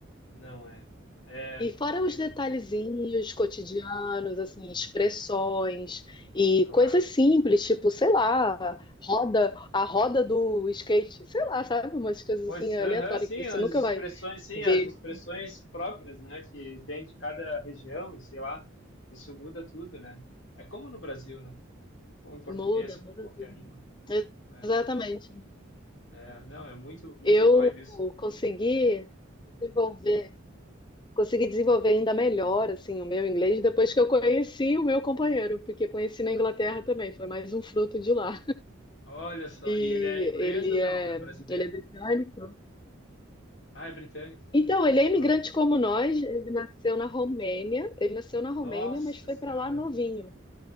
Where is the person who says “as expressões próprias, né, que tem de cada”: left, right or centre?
Left